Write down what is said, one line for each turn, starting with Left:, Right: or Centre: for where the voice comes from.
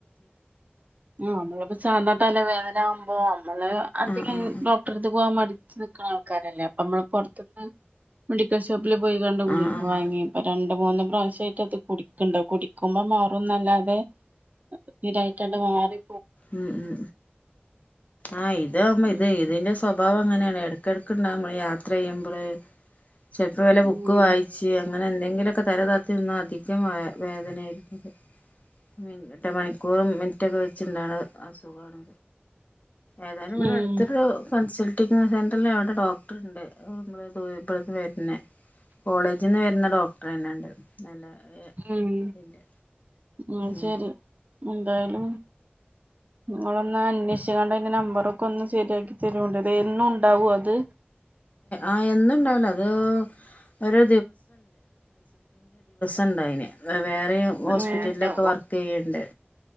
Right: ആ നമ്മളിപ്പോ സാധാ തലവേദന ആവുമ്പോ മ്മള് അധികം
Left: ആഹ് ആഹ്
Right: ഡോക്ടറെട്ത്ത്ക്ക് പോവാൻ മടി ച്ച് നിക്ക്ണ ആൾക്കാരല്ലേ അപ്പം മ്മള് പുറത്ത്ന്ന് മെഡിക്കൽഷോ പ്പില് പോയികാണ്ട് ഗുളിക
Left: ആഹ് ആഹ്
Right: വാങ്ങി
Left: ആഹ്
Right: പ്പോ രണ് ണ്ട് മൂന്ന് പ്രാവശ്യായിട്ടത് കുടിക്കണ്ട് കുടിക്കുമ്പോ മാറുംന്നല്ലാതെ ഇതയ് കണ്ട് മാറി
Left: ഉം ഉം ആ ഇതാവുമ്പ
Right: ഉം
Left: ഇതേ ഇതിന്റെ സ്വഭാവം അങ്ങനേണ് എടക്കെടക്ക്ണ്ടാവുമ്പളെ യാത്ര ചെയ്യുമ്പള് ചെൽപ്പോ വല്ല ബുക്ക്
Right: ഉം
Left: വായ്ച്ചെ അങ്ങനെന്തെങ്കിലൊക്കെ തലതാ ത്തി നിന്ന അധികം വ വേദനേയ്ര്ക്കും മിർ എട്ട് മണിക്കൂറും മിനിറ്റൊക്കെ വെച്ച് ണ്ടാവ്ണ അസുഖാണ് ഏതായാലും ഇവിടെ
Right: ഉം
Left: അടുത്തൊരു കൺസൾ ട്ടി സെന്ററിലവ്ടെ ഡോക്ടർണ്ട് <unintelligible> പിന്നെ കോളേജിന്ന് വര്ന്ന ഡോക്ടറെന്നെണ്ട് നല്ല ഏ
Right: ഉം
Left: തിന്റെ
Right: ആ ശരി
Left: ഉം
Right: എന്തായാലും നിങ്ങളൊന്ന് അന്വേഷിക്കാണ്ട അതിന്റെ നമ്പറൊക്കെ ഒന്ന് ശരിയാക്കി തരുണ്ടത് എന്നും ഉണ്ടാവോ അത്
Left: ആ എന്നുണ്ടാവില്ല അത് ഒരു ഒണ്ട് അയിന് വേറെ ഹോസ്പിറ്റലിലൊക്കെ
Right: വേറെ
Left: വർക്ക് ചെയ്യണ്ട്